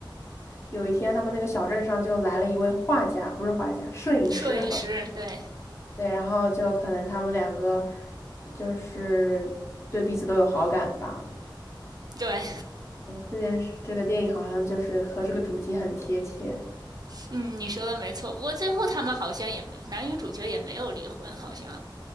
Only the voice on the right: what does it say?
摄影师，
对。
对，
嗯，你说的没错。不过最后他们好像也男女主角也没有离婚，好像